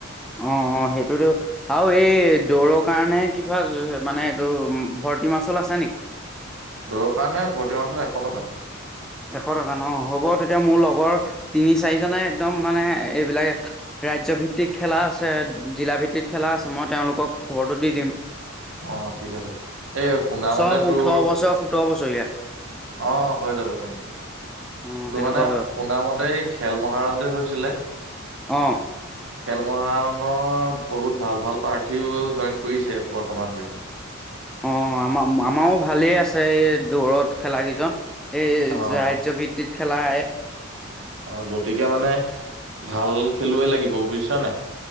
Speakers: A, in the centre; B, on the right.
A: অ অ সেইটোতো আৰু এই দৌৰৰ কাৰণে কিবা মানে এইটো ভৰ্তি মাচুল আছে নেকি?
B: দৌৰ কাৰণে ভৰ্তি মাছত এশ টকা।
A: এশ টকা ন হ'ব তেতিয়া মোৰ লগৰ তিনি চাৰিজনে একদম মানে এইবিলাক ৰাজ্য ভিত্তিক খেলা আছে। জিলা ভিত্তিক খেলা আছে। মই তেওঁলোকক খবৰটো দি দিম।
B: অ ঠিক আছে এই শুনামতে
A: চব
B: তোৰ
A: ওঠৰ বছৰ সোতৰ বছৰীয়া
B: অ হৈ যাব তেন্তে।
A: অ
B: তোৰ
A: সেনেকুৱা
B: মানে
A: বয়স
B: শুনা মতে এই খেল মহাৰঞ্জ হৈছিলে।
A: অ
B: খেল মহানৰ বহুত ভাল ভাল প্ৰাৰ্থীও জইন কৰিছে বৰ্তমানলৈকে।
A: অ আমাৰ আমাৰো ভালেই আছে এই দৌৰত খেলা কেইজন। এই
B: অ',
A: ৰাজ্য ভিত্তিত। খেলাই
B: অ গতিকে মানে ভাল খেলুৱৈ লাগিব বুজিছ নে নাই